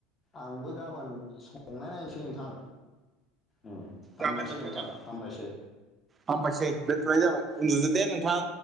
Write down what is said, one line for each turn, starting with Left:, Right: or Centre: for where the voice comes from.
Left: आंबो गाबोन संनाय नायनोसै नोंथां। उम हामबायसै
Right: जागोन नोंथां जागोन
Left: हामबायसै
Right: हामबायसै दोनथ'नाय जाबाय उन्दुदो दे नों थां